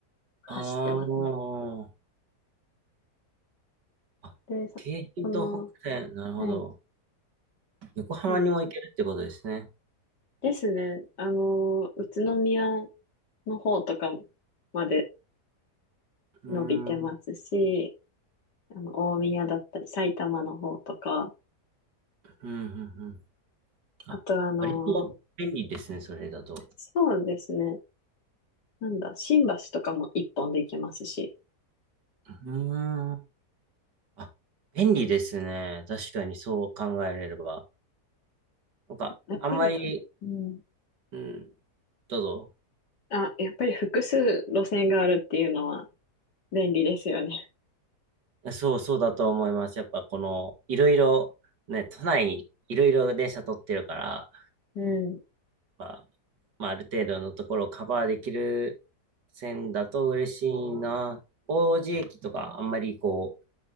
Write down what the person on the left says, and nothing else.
走ってますね。
で、さ、
その、
はい、
そうですね。ですね。あの、宇都宮の方とかまで
伸びてますし、
あの、大宮だったり、埼玉の方とか、
あとあの、
そうですね。なんだ、新橋とかも一本で行けますし、
やっぱり、
うん。
あ、やっぱり複数路線があるっていうのは便利ですよね。
うん。